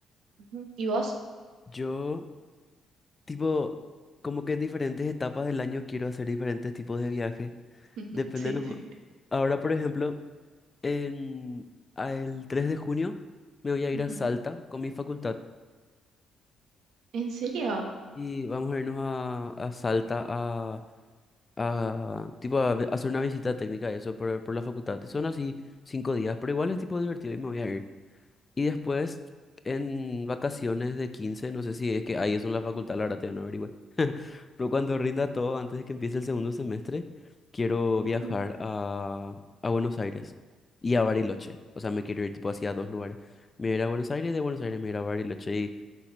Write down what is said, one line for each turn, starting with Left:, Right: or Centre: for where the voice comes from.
Right: Ujú. ¿Y vos?
Left: Yo, tipo, como que en diferentes etapas del año quiero hacer diferentes tipos de viajes.
Right: <laughs>
Left: Depende
Right: Sí,
Left: nomás.
Right: sí.
Left: Ahora, por ejemplo, en, el 3 de junio me voy a
Right: Ujú.
Left: ir a Salta con mi facultad.
Right: ¿En serio?
Left: Y vamos a irnos a, a Salta a, a tipo a, ve- hacer una visita técnica, eso, por, por la facultad. Y son así cinco días, pero igual es tipo divertido y me voy a ir. Y después, en vacaciones de 15 no sé si es que ahí es en la facultad, la verdad, ya no averigüé. <laughs> Pero cuando rinda todo, antes de que empiece el segundo semestre, quiero viajar
Right: Ujú,
Left: a, a Buenos Aires y a Bariloche. O sea, me quiero ir tipo hacia dos lugares. Me iré a Buenos Aires, de Buenos Aires me iré a Bariloche. Y